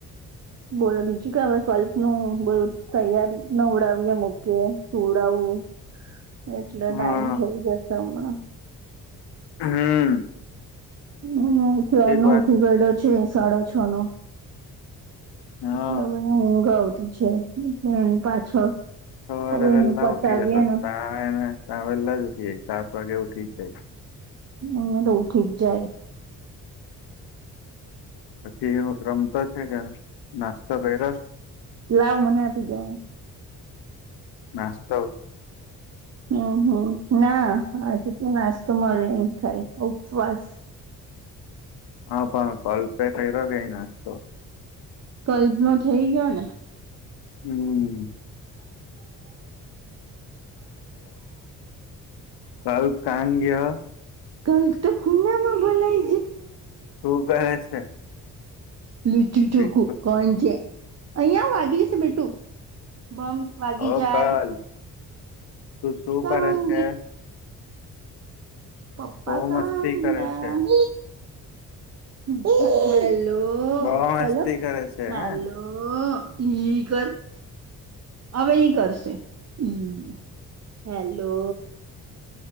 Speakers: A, on the right; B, on the left.
A: બોલો બીજું કે, હવે સ્લ્પ નું બોલ તૈયારી નું ઉડાવીએ મૂકે ઉડાવું. એટલે ટાઈમ
B: હા
A: થઈ જશે હમણાં
B: હમ્મ
A: અને છ નો
B: વાર
A: ઉઠી ગયેલો છે સાડો છ નો
B: હા
A: મટલને ઊંઘ આવતી છે, એલે એની પાછળ.
B: તમારે
A: હવે
B: વેહેલા
A: એનું પતાવીએ
B: ઉઠી જતો
A: ને
B: ત્યાં એને ત્યાં વેહલા જ ઉઠી જાય સાત વાગે ઉઠી જ જાય
A: ના તવઠક જાય <unintelligible>
B: પછી રમતો છે કે, નાસ્તો કર્યા.
A: લાવ મને આપી દોવ.
B: નાસ્તો
A: હમ્મ હમ્મ ના આજે તો નાસ્તો મારે ની થાય ઉપવાસ
B: હા, પણ કોલ પે કર્યો, કે ઈ નાસ્તો.
A: કલ્પમાં થઈ ગયો ને
B: હમ્મ એલ્કાંગ્ય <unintelligible>
A: કલ તો ખુનામાં ભલાઇ
B: હું કહે છે?
A: લુચું
B: વિક-
A: ચોખું કોણ છે. અહિયાં આવ વાગી જશે બીટુ બમ વાગી
B: ઓ
A: જાય
B: કાલે તું શું
A: કાં
B: કરે છે?
A: પ્પા
B: બહુ
A: કણ
B: મસ્તી કરે છે
A: ગ હેલો
B: બહુ
A: <unintelligible>
B: મસ્તી
A: ઓ હલો
B: કરે છે હે
A: હલો હી હિ કર હવે ઈ કરશે હી હેલો